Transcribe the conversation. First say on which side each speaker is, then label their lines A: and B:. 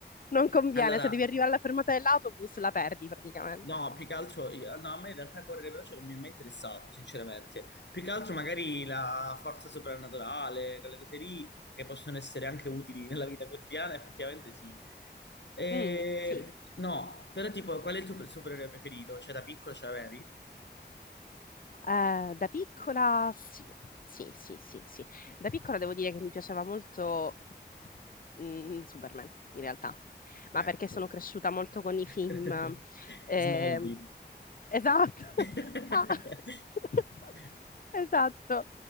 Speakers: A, on the left; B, on the left.
A: Non conviene,
B: Allora,
A: se devi arrivare alla fermata dell'autobus la perdi praticamente.
B: No, più che altro, io- no, a me in realtà correre veloce non mi è mai interessato, sinceramente. Più che altro magari la forza soprannaturale, quelle cose lì, che possono essere anche utili nella vita quotidiana, effettivamente sì. E...
A: Mm, sì,
B: No, però tipo, qual è il tuo supereroe preferito? Cioè, da piccolo ce l'avevi?
A: Eh, da piccola sì, sì, sì, sì, sì. Da piccola devo dire che mi piaceva molto mm, Superman, in realtà, ma
B: Ecco.
A: perché sono cresciuta molto con i
B: <laughs>
A: film eh,
B: Smallville.
A: Esatto. <laughs>
B: <laughs>
A: Ah. <laughs> Esatto.